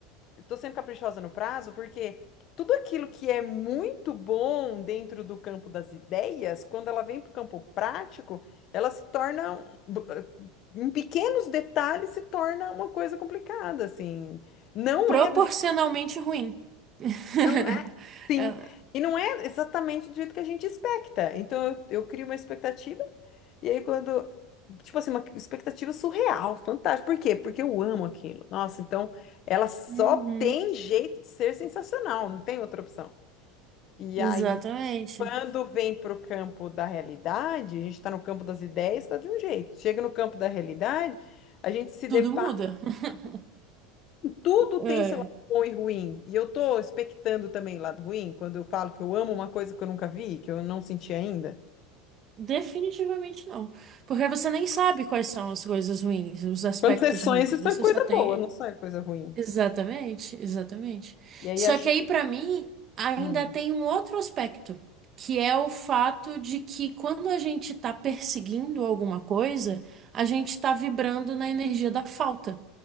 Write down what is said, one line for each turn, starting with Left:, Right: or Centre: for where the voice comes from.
Left: Tô sendo caprichosa no prazo porque tudo aquilo que é muito bom dentro do campo das ideias, quando ela vem para o campo prático, ela se torna, um- em pequenos detalhes, se torna uma coisa complicada, assim. Não
Right: Proporcionalmente
Left: é do,
Right: ruim. <laughs>
Left: não Sim,
Right: É,
Left: e não é exatamente do jeito que a gente expecta. Então eu, eu crio uma expectativa, e aí quando. Tipo assim, uma expectativa surreal, fantástica. Por quê? Porque eu amo aquilo. Nossa, então ela só
Right: Uhum,
Left: tem jeito de ser sensacional, não tem outra opção. E
Right: exatamente.
Left: aí, quando vem para o campo da realidade, a gente está no campo das ideias, tá de um jeito. Chega no campo da realidade, a gente se
Right: Tudo
Left: depara.
Right: muda. <laughs>
Left: Tudo
Right: É,
Left: tem seu lado bom e ruim. E eu tô expectando também lado ruim, quando eu falo que eu amo uma coisa que eu nunca vi, que eu não senti ainda.
Right: definitivamente não. Porque você nem sabe quais são as coisas ruins, os aspectos
Left: Quando você sonha,
Right: ruins.
Left: você sonha
Right: Você
Left: coisa
Right: só tem.
Left: boa, não sonha coisa ruim.
Right: Exatamente, exatamente.
Left: E aí
Right: Só
Left: acho
Right: que
Left: que.
Right: aí, pra mim, ainda
Left: hum,
Right: tem um outro aspecto, que é o fato de que quando a gente tá perseguindo alguma coisa, a gente tá vibrando na energia da falta.